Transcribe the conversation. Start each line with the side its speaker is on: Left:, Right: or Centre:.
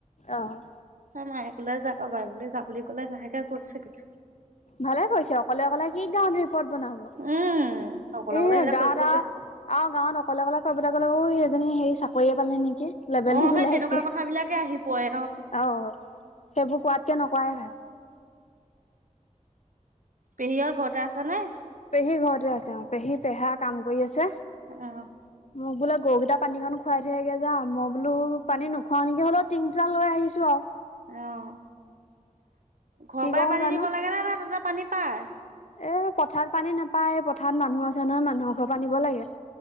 Left: অ'।
Right: মায়ে ক'লে যাব বাৰু বো যা বুলি ক'লে লাহেকে কৈ চাগৈ।
Left: ভালে কৈছে অকলে- অকলে কি গাওঁ ক'ত বনাব
Right: উম, অকলে
Left: এ
Right: অকলে সেইবিলাক
Left: গা
Right: কৰিবলৈ
Left: দা
Right: বেয়া।
Left: আৰু গাঁৱত অকলে অকলে ক। তাক আকৌ এজনী হে চাকৰিয়ে পালে নেকি। লেবল
Right: অ',
Left: দিবলৈ
Right: সেই তেনেকুৱা
Left: আহিছে
Right: কথাবিলাকে আহি পৰে
Left: অ। সেইবোৰ কোৱাতকে নকোৱাই ভাল।
Right: পেহীহত ঘৰতে আছে নে।
Left: পেহী ঘৰতে আছে অ পেহী পেহা কাম কৰি আছে
Right: অ',
Left: মোক বোলে গৰুকেইটা পানীকণ খুৱাই থৈ আহ গে যা মই বোলো পানী নোখোৱাওঁ নেকি হ'লেও তিনিটা লৈ আহিছোঁ আৰু।
Right: অ' ঘৰৰ
Left: কি
Right: পৰাই
Left: কৰো
Right: পানী
Left: জানো
Right: নিব লাগে নে নাই তাতে পানী পায়।
Left: এ পথাৰত পানী নাপায় পথাৰত মানুহ আছে নহয় মানুহৰ ঘৰ পৰা আনিব লাগে।